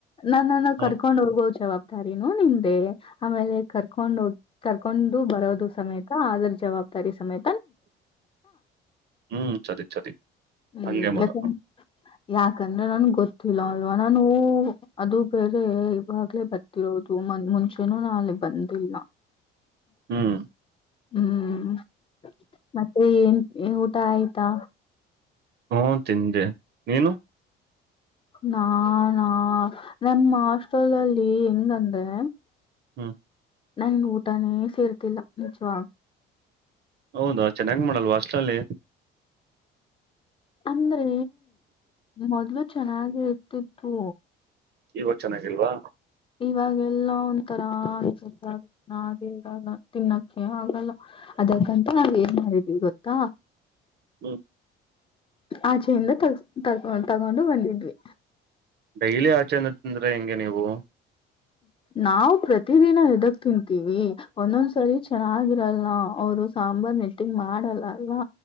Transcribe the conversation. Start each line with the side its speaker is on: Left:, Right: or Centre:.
Left: ನನ್ನನ್ನ
Right: ಹ್ಮ್,
Left: ಕರ್ಕೊಂಡ್ ಹೋಗವ ಜವಾ ಾರನ ನಿಂದೆ ಆಮೇಲೆ ಕರ್ಕೊಂಡ ಹೋಗ ಕರ್ಕೊಂಡು ಬರೋದು ಸಮೇತ ಅದ್ರ ಜವಾಬ ತ್ತಾರೆ ಸಮಯ
Right: ಹ್ಮ್ ಸರಿ ಸರಿ
Left: ಹ್ಮ್.
Right: ಹಂಗಗೆ ಮಾಡಮ್ಮ
Left: ಯಾಕಂದ್ ಯಾಕಂದ್ರೆ ನನ್ಗ್ ಗೊತ್ತಿಲ್ಲ ಅಲ್ವಾ ನಾನು ಅದು ಬೇರೆ ಇವಾಗಲೇ ಬತಿರೋ ಹ ಮ ಮುಂಚೆನೂ ನಾಲೆ ಬಂದಿಲ್ಲ
Right: ಹ್ಮ್
Left: ಹ್ಮ್ ಮತ್ತೆ ಏನ್ ಊಟ ಆಯ್ತಾ
Right: ಹ್ಮ ತಿಂದೆ ನೀನು
Left: ನಾ ನಾ ನಮ್ಮ್ ಹಾಸ್ಟೆಲ್ ಅಲ್ಲಿ ಹೆಂಗಂದ್ರೆ
Right: ಹ್ಮ
Left: ನನ್ಗೆ ಊಟಾನೇ ಸೇರ್ತಿಲ್ಲ ನಿಜವ
Right: ಹೌದಾ ಚೆನ್ನಾಗಿ್ ಮಾಡಲ್ವ ಅಷ್ಟ್ರಲ್ಲಿ
Left: ಅಂದ್ರೆ ಮೊದ್ಲು ಚೆನ್ನಾಗಿ ಇರ್ತಿತ್ತು
Right: ಈವಾಗ ಚೆನ್ನಾಗಿಲ್ವಾ
Left: ಇವಾಗ ಎಲ್ಲ ಒಂಥರ ಅನ್ಸುತ್ತ ಅದು ನ ಇರಲ್ಲ ತಿನ್ನಕ್ಕೆ ಆಗಲ್ಲ ಅದಕ್ಕಂತ ನಾವ್ ಏನ್ ಮಾಡಿದೀವಿ ಗೊತ್ತಾ
Right: ಹ್ಮ್.
Left: ಆಚೆಯಿಂದ ತ ತೊ ತಗೊಂಡು ಬಂದಿದ್ವಿ.
Right: ಡೈಲಿ ಆಚೆನ್ನು ತಿಂದ್ರೆ ಹೆಂಗೆ ನೀವು.
Left: ನಾವವು ಪ್ರತಿದಿನ ಇದಕ್ ತಿಂತೀವಿ ಒಂದೊಂದ್ಸರಿ ಚೆನ್ನಾಗಿರಲ್ಲ. ಅವರು ಸಾಂಬಾರ್ ನೆಟ್ಟಿಂಗ್ ಮಾಡಲ್ಲಲ್ವಾ